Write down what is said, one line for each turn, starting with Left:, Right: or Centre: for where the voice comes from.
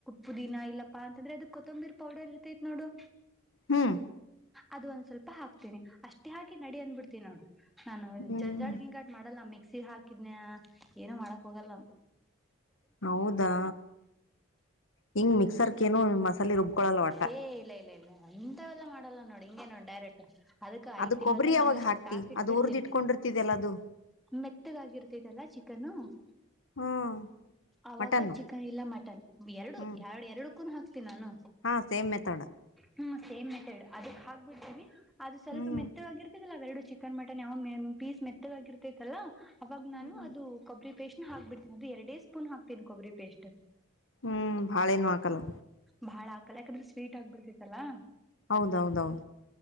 Centre: ಪುದಿನ ಇಲ್ಲಪ್ಪಾ ಅಂತಂದ್ರೆ ಅದ ಕೊತ್ತಂಬಿರ್ ಪೌಡರ್ ಇರ್ತೈತ್ ನೋಡು
Left: ಹ್ಮ್
Centre: ಅದು ಒಂದ್ ಸ್ವಲ್ಪ ಹಾಕ್ ತಿನಿ ಅಷ್ಟೇ ಹಾಕಿ ನಡಿ ಅಂದ್ಬಿಡ್ತೀನ್ ನೋಡು ನಾನು
Left: ಹ್ಮ್
Centre: ಜಂಜಾಡ್ ಗಿಂಗಾಟ್ ಮಾಡಲ್ಲಮ್ಮಿ ಮಕ್ಸಿ ಹಾಕಿದ್ನ್ಯ ಏನೋ ಮಾಡಕ್ ಹೋಗಲ್ಲ ನಾನ್
Left: ಹೌದಾ ಹಿಂಗ ಮಿಕ್ಸರ್ಕ ಏನು ಮಸಾಲೆ ರುಬ್ಕೊಳಲ್ಲ ಒಟ್ಟ
Centre: ಏ ಇಲ್ಲ ಇಲ್ಲ ಇಲ್ಲ ಅಂತವೆಲ್ಲ ಮಾಡಲ್ಲ ನೋಡಿ ಹಿಂಗೆ ನೋಡ್ ಡೈರೆಕ್ಟ್ <unintelligible> ಅದಕ್ ಐದ್
Left: ಅದು
Centre: ತಿಂಗಳ
Left: ಕೊಬ್ಬರಿ
Centre: ತನ
Left: ಯಾವಾಗ
Centre: ಹಂಗೆ ಸ್ಟಾಕ್
Left: ಹಾಕ್ತಿ
Centre: ಇಟ್ಬಿಡ್ತೇನಿ
Left: ಅದು ಉರ್ದ್ ಇಟ್ಕೊಂಡಿರ್ತಿದಲ್ಲ ಅದು
Centre: ಮೆತ್ತಗಾಗಿರ್ತದೆಲ್ಲ ಚಿಕ್ಕ <unintelligible>
Left: ಹ್ಮ್
Centre: ಅವಾಗ
Left: ಮಟನ್ನು
Centre: ಚಿಕನ್ ಇಲ್ಲ ಮಟನ್ ಎರಡು
Left: ಹ್ಮ್
Centre: ಎರಡು ಎರಡುಕ್ಕೂ ಹಾಕ್ತೀನಿ ನಾನು
Left: ಹಾ ಸೇಮ್ ಮೆಥಡ್
Centre: ಹ್ಮ್ ಸೇಮ್ ಮೆಥಡ್ ಅದಕ್ ಹಾಕ್ಬಿಡ್ತೀನಿ. ಅದು ಸ್ವಲ್ಪ
Left: ಹ್ಮ್
Centre: ಮೆತ್ತಗ್ ಆಗಿರ್ತೈತ್ ಏಲ್ಲ ಅವೆರ್ಡು ಚಿಕನ್ ಮಟನ್ ಯಾವ್ ಮೆಮ್ ಪೀಸ್ ಮೆತ್ತದಾಗಿರ್ತೈತ್ತಲ್ಲಾ. ಅವಾಗ್
Left: ಹ್ಮ್
Centre: ನಾನು ಅದು ಕೊಬ್ರಿ ಪೇಸ್ಟ್ನ ಹಾಕ್ಬಿಡ್ತೀನಿ ಅದು ಎರಡೇ ಸ್ಪೂನ್ ಹಾಕ್ತೀನ್ ಕೊಬ್ರಿ ಪೇಸ್ಟ್.
Left: ಹ್ಮ್ ಭಾಳೆನು ಆಕಲ್ಲ.
Centre: ಬಾಳ್ ಹಾಕಲ್ಲ ಯಾಕಂದ್ರೆ ಸ್ವೀಟ್ ಆಗ್ಬಿಡ್ತೈತಲ್ಲಾ.
Left: ಹೌದೌದೌದು.